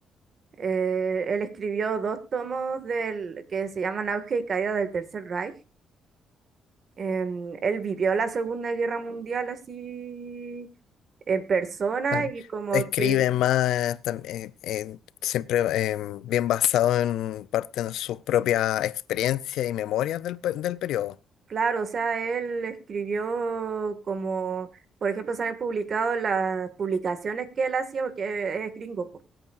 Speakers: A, on the right; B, on the left.
A: eh, él escribió dos tomos del, que se llaman Auge y Caída del Tercer Reich. Em, él vivió la Segunda Guerra Mundial así en persona
B: Ah,
A: y como
B: Escribe
A: que,
B: más, tam- eh, eh, siempre eh, bien basado en parte de sus propias experiencias y memorias del, pe- del periodo.
A: claro, o sea, él escribió como, por ejemplo, se han publicado las publicaciones que él hacía, porque es gringo, po.